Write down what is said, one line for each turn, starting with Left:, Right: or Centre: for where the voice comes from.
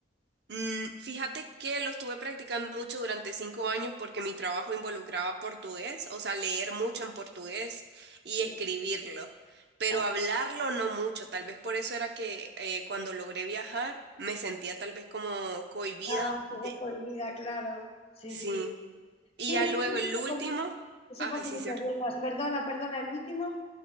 Right: Mm, fíjate que lo estuve practicando mucho durante cinco años porque mi trabajo involucraba portugués, o sea, leer mucho en portugués y
Left: Sí.
Right: escribirlo, pero
Left: Ah,
Right: hablarlo no mucho. Tal vez por eso era que eh, cuando logré viajar me sentía tal vez como cohibida
Left: ah, un poco
Right: de...
Left: cohibida, claro. Sí,
Right: Sí.
Left: sí.
Right: Y
Left: Sí,
Right: ya
Left: es-
Right: luego
Left: eso
Right: el
Left: pasa
Right: último,
Left: con- eso
Right: ay,
Left: pasa
Right: sí,
Left: en muchas
Right: sí.
Left: lenguas. Perdona, perdona, el último.